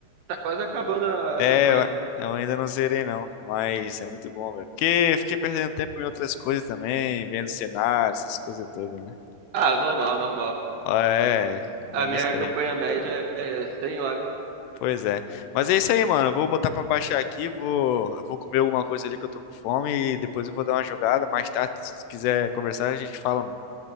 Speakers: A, on the right; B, on the left.
A: tá quase acabando a
B: É,
A: campanha.
B: eu eu ainda não zerei não, mas é muito bom, velho. Porque fiquei perdendo tempo em outras coisas também, vendo cenário, essas coisas todas, né?
A: Ah, normal, normal.
B: Ó, É,
A: A
B: é
A: minha
B: isso
A: campanha
B: aí.
A: média é 100 horas.
B: Pois é. Mas é isso aí, mano. Eu vou botar pra baixar aqui, vou, eu vou comer alguma coisa ali que eu tô com fome e depois eu vou dar uma jogada. Mais tarde, se quiser conversar, a gente fala, mano.